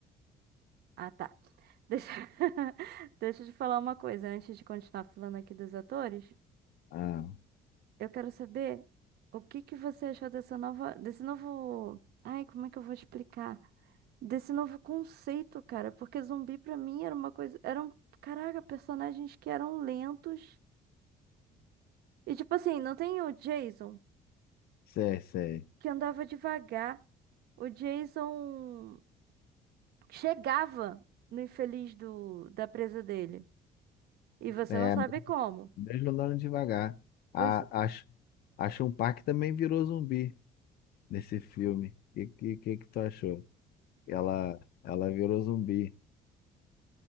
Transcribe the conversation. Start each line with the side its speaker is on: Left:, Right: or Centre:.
Right: Ah, tá. Deixa... <laughs> Deixa eu te falar uma coisa antes de continuar falando aqui dos atores.
Left: Ah,
Right: Eu quero saber o que que você achou dessa nova, desse novo, ai, como é que eu vou explicar? Desse novo conceito, cara, porque zumbi pra mim era uma coisa, eram, caraca, personagens que eram lentos. E tipo assim, não tem o Jason
Left: sei, sei.
Right: que andava devagar. O Jason chegava no infeliz do da presa dele. E você
Left: É,
Right: não sabe como.
Left: mesmo andando devagar. A,
Right: Os
Left: a, Sh- a Shun Park também virou zumbi nesse filme. O que, que, que que tu achou? Ela, ela virou zumbi.